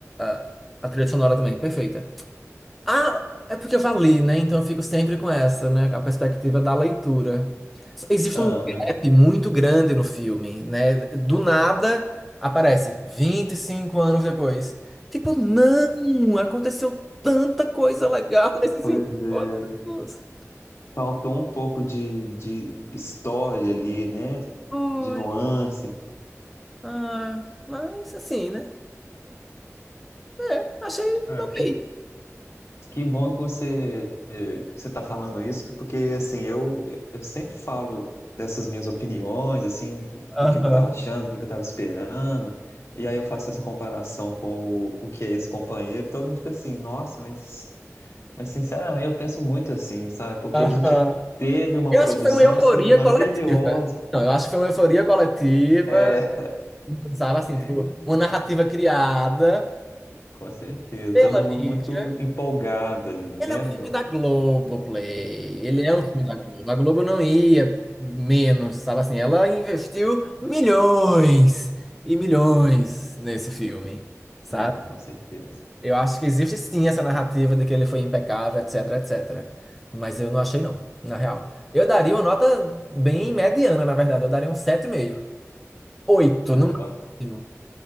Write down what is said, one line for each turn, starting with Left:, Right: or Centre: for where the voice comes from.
Centre: a, a trilha sonora também, perfeita. Ah, é porque eu já li, né? Então eu fico sempre com essa, né? A perspectiva da leitura. Só- Existe
Left: ama.
Centre: um gap muito grande no filme, né? Do nada aparece 25 anos depois. Tipo, não! Aconteceu tanta coisa legal <laughs> nesses
Left: Pois
Centre: encontros.
Left: é. Faltou um pouco de, de história ali, né?
Centre: Orgulho.
Left: De nuance.
Centre: Ah, mas assim, né? É, achei
Left: Ah,
Centre: ok.
Left: que, que bom que você você está falando isso, que- porque assim eu eu sempre falo dessas minhas opiniões, assim, do
Centre: Aham,
Left: que, que eu estava achando, do que, que eu estava esperando, e aí eu faço essa comparação com o, o que é esse companheiro, e todo mundo fica assim, nossa, mas mas sinceramente eu penso muito assim, sabe? Porque
Centre: aham.
Left: a gente teve uma
Centre: Eu
Left: produção
Centre: acho que foi uma euforia
Left: assim maravilhosa.
Centre: coletiva. Não, eu acho que foi uma euforia coletiva,
Left: É,
Centre: sabe assim,
Left: <laughs>
Centre: tipo, uma narrativa criada
Left: com certeza,
Centre: pela
Left: todo mundo
Centre: mídia.
Left: muito empolgado ali,
Centre: Ele
Left: né?
Centre: é um filme
Left: No-
Centre: da Globoplay. Ele é um filme da Globo. A Globo não ia menos, sabe assim, ela investiu milhões e milhões nesse filme, sabe?
Left: É, com certeza.
Centre: Eu acho que existe sim essa narrativa de que ele foi impecável, etc, etc. Mas eu não achei não, na real. Eu daria uma nota bem mediana, na verdade. Eu daria um 7,5. Oito,
Left: É,
Centre: no
Left: eu
Centre: máximo.